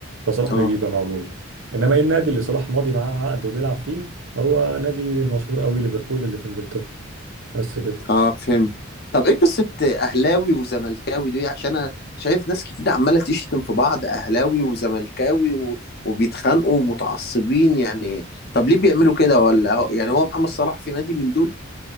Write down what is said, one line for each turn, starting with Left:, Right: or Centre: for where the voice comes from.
Right: فصلاح
Left: اه
Right: بيجي يبقى موجود انما ايه النادي اللي صلاح ماضي معاه عقد وبيلعب فيه هو نادي المشهور قوي ليفربول اللي في انجلترا بس كده
Left: اه فهمت طب ايه قصة اهلاوي وزملكاوي دي عشان انا شايف ناس كتير عمالة تشتم في بعض اهلاوي وزملكاوي و... وبيتخانقوا ومتعصبين يعني طب ليه بيعملوا كده ولا هو... يعني هو محمد صلاح في نادي من دول